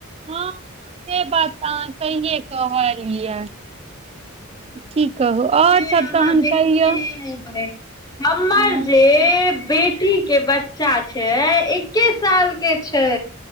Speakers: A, on the right; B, on the left.
A: हँ से बात तऽ अहाँ सहिए कहलिय क कहू
B: से
A: आओर सब
B: अहाँ
A: तहन
B: देखने
A: कहियौ
B: हेबै हमर
A: हँ
B: जे बेटी के बच्चा छै एक्के साल के छै